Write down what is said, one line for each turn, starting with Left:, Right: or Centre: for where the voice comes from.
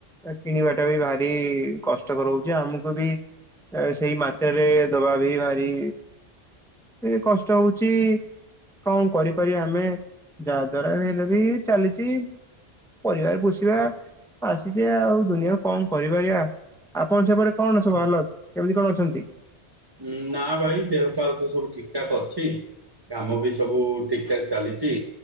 Centre: କିଣିବାଟା ବି ଭାରି କଷ୍ଟକ ରଉଛି ଆମକୁ ବି ସେଇ ମାତ୍ରରେ ଦବା ବି ଭାରି ଏ କଷ୍ଟ ହଉଚି କଣ କରିପାରିବା ଆମେ ଯାହା ଦ୍ଵାରା ହେଲେ ବି ଚାଲିଛି ପରିବାର ପୋଷିବା ଆସିଛେ ଆଉ ଦୁନିଆ କଣ କରିପାରିବା। ଆପଣ ସେପଟେ କଣ ସବୁ ଆଲତ କେମିତି କଣ ଅଛନ୍ତି?
Right: ଉଁ ନା ଭାଇ ଦେହ ପା ତ ସବୁ ଠିକ ଠାକ ଅଛି। କାମ ବି ସବୁ ଠିକ ଠାକ ଚାଲିଛି।